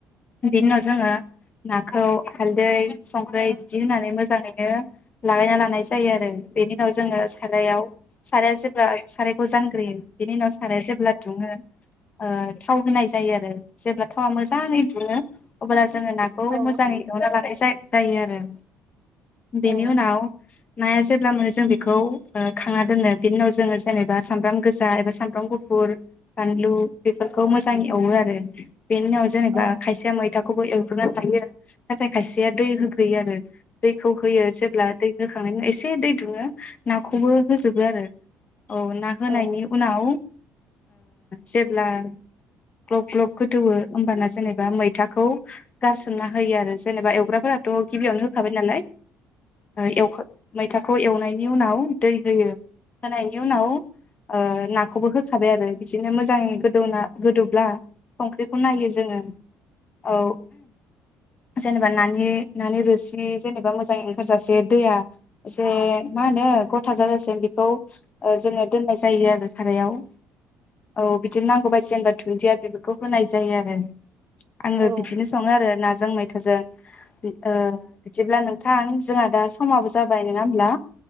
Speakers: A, on the left (about 30°); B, on the right (about 35°).
A: बिनि उनाव जोङो नाखौ हालदै संख्रै बिदि होनान फ्राय मोजाङैनो लागायना लानाय जायो आरो बेनि उनाव जोङो सारायाव साराया जेब्ला सारायखौ जानग्रोयो बेनि उनाव साराया जेब्ला दुङो ओ थाव होनाय जायो आरो जेब्ला थावा मोजां जाङै दुङो अब्ला जोङो नाखौ
B: औ
A: मोजाङै एवना लानाय जा जायो आरो बेनि
B: औ
A: उनाव नाया जेब्ला मोनो जों बेखौ ओ खांना दोनो बेनि उनाव जोङो जेनेबा सामब्राम गोजा एबा सामब्राम गुफुर बानलु बेफोरखौ मोजाङै एवो आरो बेनि उनाव जेनेबा
B: औ
A: खायसेया मैथाखौबो एवग्रोना लायो। नाथाय खायसेया दै होग्रोयो आरो दैखौ होयो जेब्ला दै हो <unintelligible> एसे दै दुङो नाखौबो होजोबो आरो औ ना होनायनि
B: औ
A: उनाव ओ जेब्ला ग्लब ग्लब गोदौओ होमबाना जेनेबा मैथाखौ गारसोमना होयो आरो जेनेबा एवग्राफोराथ‌' गिबियावनो होयो होखाबाय नालाय ओ एवखां मैथाखौ एवनायनि उनाव दै होयो होनायनि उनाव ओ नाखौबो होखाबाय आरो बिदिनो मोजाङै गोदौना गोदौब्ला संख्रिखौ नायो जोङो औ जेनेबा नानि नानि रोसि बि जेनेबा मोजाङै ओंखारजासे दैया एसे मा होनो गथा जाजासे बेखौ ओ जोङो दोननाय जायो आरो सारायाव औ बिदिनो नांगौ बायदि जेनेबा दुनन्दिया बेफोरखौ होनाय जायो आरो आङो
B: औ
A: बिदिनो सङो आरो नाजों मैथा जों ओ ओ अब्ला नोंथां जोंहा दा समाबो जाबाय नङा होमब्ला